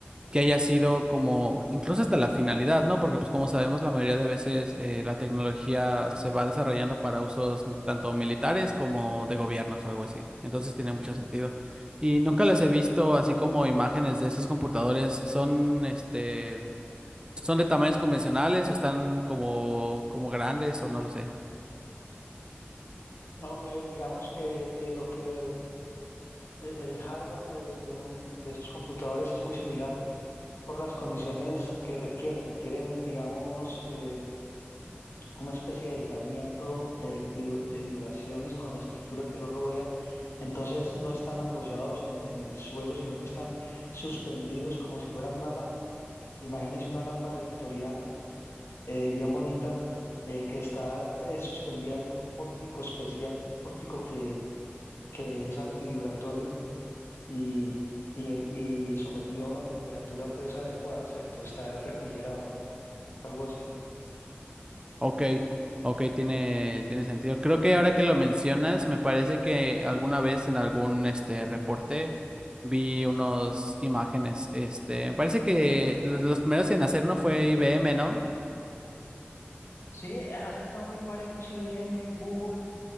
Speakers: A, on the right; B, on the left.
A: que haya sido como, incluso hasta la finalidad, ¿no? Porque pues como sabemos, la mayoría de veces eh, la tecnología se va desarrollando para usos tanto militares como de gobiernos o algo así. Entonces tiene mucho sentido. Y nunca les he visto así como imágenes de esos computadores. Son, este, son de tamaños convencionales o están como, como grandes o no lo sé.
B: No, Hombre, digamos que eh, lo que eh, el hardware de, de un- de esos computadores es muy similar por las condiciones que requieren. Requieren, digamos, eh, una especie de aislamiento eh, vibr- de vibraciones con la estructura que los rodean. Entonces no están apoyados en, en el suelo, sino que están suspendidos como si fueran una lámpara. Imagínense una lámpara victoriana, eh, bien bonita, eh, que está eh, suspendida de un pórtico especial, un pórtico que, que es antivibratorio y, y, y sometido a una temperatura pues adecuada, ¿cierto? Está refrigerado, es algo así.
A: Ok, ok, tiene, tiene sentido. Creo que ahora que lo mencionas, me parece que alguna vez en algún este reporte vi unas imágenes. Este, me parece que los de los primeros en hacer uno fue IBM, ¿no?
B: Sí, han estado muy parejos IBM, Google.